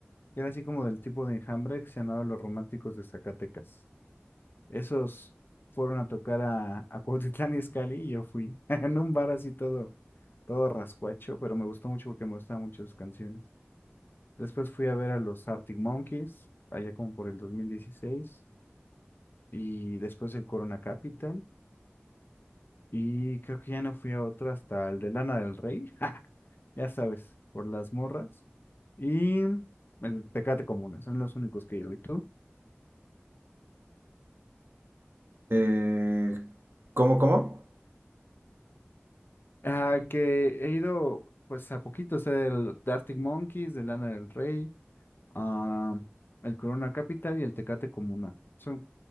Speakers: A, on the left; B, on the right.
A: que era así como del tipo de Enjambre que se llamaba Los Románticos de Zacatecas. Esos fueron a tocar a, a Cuautitlán Izcalli y yo fui <laughs> en un bar así todo, todo rascuacho, pero me gustó mucho porque me gustaban mucho sus canciones. Después fui a ver a los Arctic Monkeys, allá como por el 2016 y después el Corona Capital, y creo que ya no fui a otro hasta el de Lana del Rey, <laughs> ja, ya sabes, por las morras, y el Tecate Comuna, son los únicos que he ido. ¿Y tú?
B: Eh, ¿cómo, cómo?
A: Ah, que he ido pues a poquito, o sea, el The Arctic Monkeys, de Lana del Rey, ah, el Corona Capital y el Tecate Comuna. Son